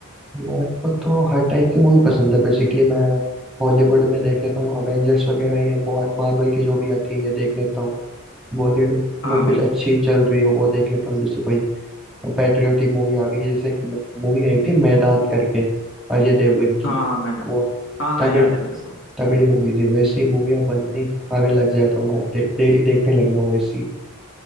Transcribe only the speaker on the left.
हाँ
बिल्कुल
हाँ हाँ मैं जान
हाँ हाँ
याद है मेरे को